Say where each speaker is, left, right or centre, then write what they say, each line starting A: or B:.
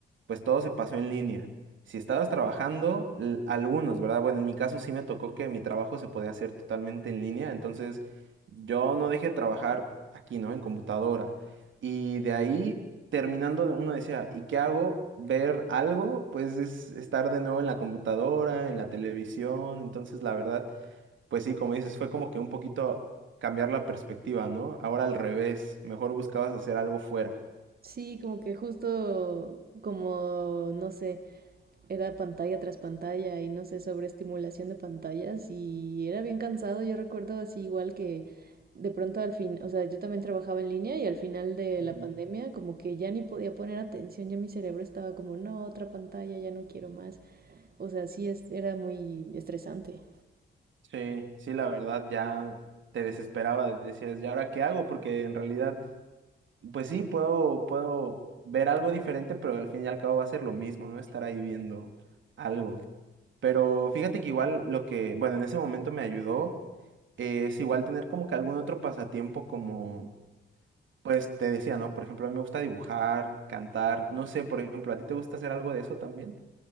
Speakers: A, on the right; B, on the right.
A: pues todo se pasó en línea. Si estabas trabajando, l- algunos, ¿verdad? Bueno, en mi caso sí me tocó que mi trabajo se podía hacer totalmente en línea, entonces yo no dejé de trabajar aquí, ¿no? En computadora. Y de ahí, terminando, uno decía, ¿y qué hago? ¿Ver algo? Pues es estar de nuevo en la computadora, en la televisión. Entonces, la verdad, pues sí, como dices, fue como que un poquito cambiar la perspectiva, ¿no? Ahora al revés, mejor buscabas hacer algo fuera.
B: Sí, como que justo como, no sé, era pantalla tras pantalla y no sé, sobre estimulación de pantallas y era bien cansado, yo recuerdo así igual que de pronto al fin, o sea, yo también trabajaba en línea y al final de
A: Ujú.
B: la pandemia como que ya ni podía poner atención, ya mi cerebro estaba como, no, otra pantalla, ya no quiero más, o sea, sí es, era muy estresante.
A: Sí, sí, la verdad, ya te desesperaba, decías, ¿y ahora qué hago? Porque en realidad pues sí, puedo, puedo ver algo diferente, pero al fin y al cabo va a ser lo mismo, ¿no? Estar ahí viendo algo. Pero fíjate que igual lo que, bueno, en ese momento me ayudó eh, es igual tener como que algún otro pasatiempo como, pues te decía, ¿no? Por ejemplo, a mí me gusta dibujar, cantar, no sé, por ejemplo, ¿a ti te gusta hacer algo de eso también?